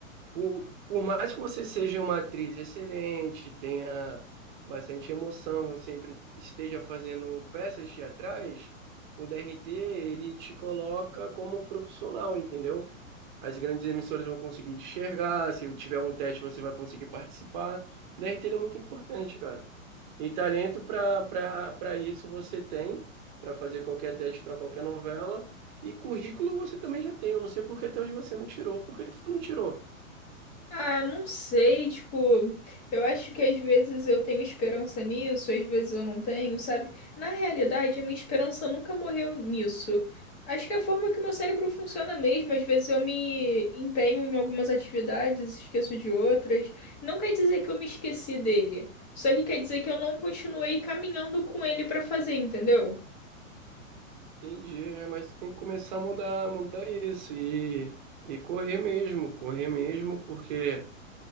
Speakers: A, on the right; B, on the left.
A: Por, por mais que você seja uma atriz excelente, tenha bastante emoção, sempre esteja fazendo peças teatrais, o DRT ele te coloca como profissional, entendeu? As grandes emissoras vão conseguir te enxergar, se tiver um teste você vai conseguir participar. O DRT ele é muito importante, cara. E talento para para para isso você tem, para fazer qualquer teste para qualquer novela. E currículo você também já tem. Eu não sei por que até hoje você não tirou. Por que tu não tirou?
B: Ah, eu não sei, tipo, eu acho que às vezes eu tenho esperança nisso, às vezes eu não tenho, sabe? Na realidade, a minha esperança nunca morreu nisso. Acho que é a forma que o meu cérebro funciona mesmo, às vezes eu me empenho em algumas atividades, esqueço de outras. Não quer dizer que eu me esqueci dele, só que quer dizer que eu não continuei caminhando com ele pra fazer, entendeu?
A: Entendi, é, mas tem que começar a mudar, mudar isso e, e correr mesmo, correr mesmo, porque